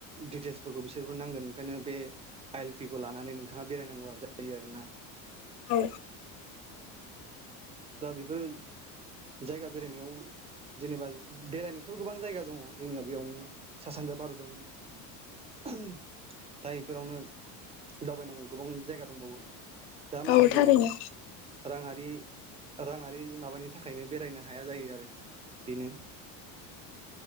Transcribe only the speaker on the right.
दिटेल्सफोरखौ बिसोरबो नांगोन ओंखायनो बे आइ एल पि खौ लानानै नोंथाङा बेरायनांगौआ जायो आरो ना
दा बेफोर जायगा बेरायनायाव जेनेबा बेरायनो थ गोबां जायगा दंङ जोंनिया बेयावनो सा सानजा ओहोम भारतआवनो दा बेफोरावनो दावबायनांगौ गोबां जायगा दंबावो दा माखासे
रांङारि रांङारि माबानि थाखायनो बेरायनो हाया जायो आरो बेनो